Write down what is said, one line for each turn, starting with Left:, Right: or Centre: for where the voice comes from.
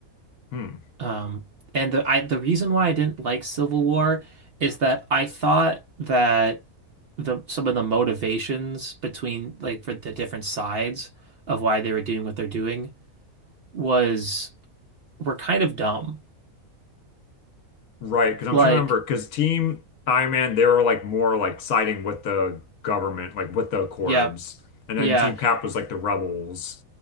Left: hmm
Right: Um, and the I the reason why I didn't like Civil War is that I thought that the some of the motivations between like for the different sides of why they were doing what they're doing was were kind of dumb.
Left: Right, because I'm
Right: Like,
Left: trying to remember, because Team Iron Man, they were like more like siding with the government, like with the Accords.
Right: yeah,
Left: And
Right: yeah.
Left: then Team Cap was like the rebels.